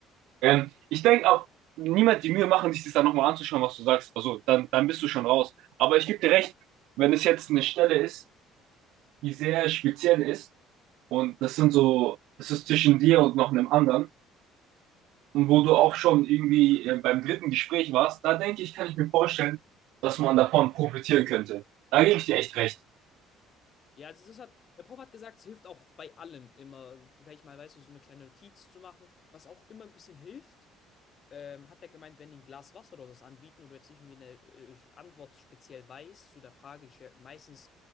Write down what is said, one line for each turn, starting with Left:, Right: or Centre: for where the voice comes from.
Right: ähm, ich denke auch, niemand die Mühe machen, sich das dann nochmal anzuschauen, was du sagst. Also, dann, dann bist du schon raus. Aber ich gebe dir recht, wenn es jetzt eine Stelle ist, die sehr speziell ist und das sind so, das ist zwischen dir und noch einem anderen und wo du auch schon irgendwie äh, beim dritten Gespräch warst, da denke ich, kann ich mir vorstellen, dass man davon profitieren könnte. Da gebe ich dir echt recht.
Left: Ja, also das hat, der Prof hat gesagt, es hilft auch bei allem immer, vielleicht mal, weißt du, so eine kleine Notiz zu machen, was auch immer ein bisschen hilft. Ähm, hat der gemeint, wenn die ein Glas Wasser oder sowas anbieten und du jetzt nicht irgendwie eine äh, Antwort speziell weißt zu der Frage, die stell- meistens,